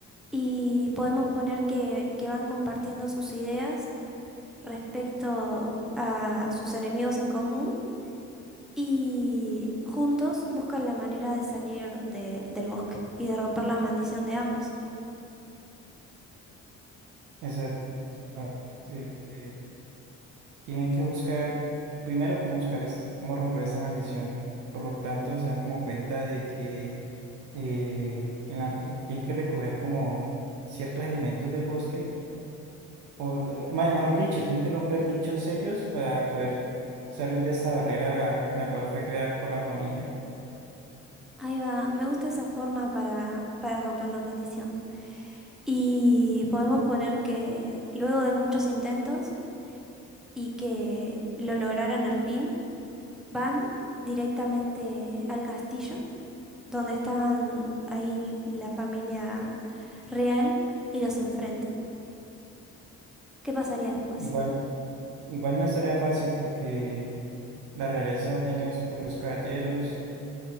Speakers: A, in the centre; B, on the right.
A: Y podemos poner que, que van compartiendo sus ideas respecto a sus enemigos en común y juntos buscan la manera de salir de- del bosque y de romper la maldición de ambos.
B: Exacto. Eh, eh, tienen que buscar, primero, cómo buscar, es- cómo romper esta maldición. Por lo tanto, se dan como cuenta de que eh, en la- eh, tienen que recoger como ciertos elementos del bosque o eh, ma- mejor dicho, tienen que romper dichos sellos para poder salir de esta barrera la cual fue creada por la familia.
A: Ahí va, me gusta esa forma para, para romper la maldición. Y podemos poner que luego de muchos intentos y que lo lograran al fin, van directamente al castillo donde estaban ahí la familia real y los enfrentan. ¿Qué pasaría después?
B: Igual, igual no es tarea fácil porque la realeza tiene sus propios caballeros